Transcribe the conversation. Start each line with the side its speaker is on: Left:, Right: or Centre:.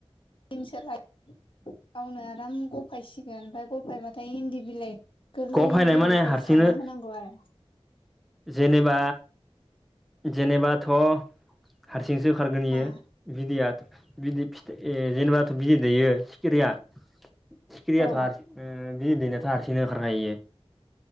Left: दिनसोलाय गावनो आराम गफायसिगोन ओमफ्राय उफायबाथाय इन्दि बिलाइ गोरलै
Centre: ग फैनाय
Left: गोरलैखौ
Centre: माने हारसिंनो
Left: खाना होनांगौ आरो
Centre: जेनेबा जेनेबाथ' हारसिंसो होखारगोन बियो
Left: मा
Centre: बिदैयाथ' बिदै फिथाइ ए जेनेबाथ' बिदै दैयो क्रिया सिक्रिया
Left: औ
Centre: थ' आरो बि दैैनाथ' हारसिंनो होओंखारखायो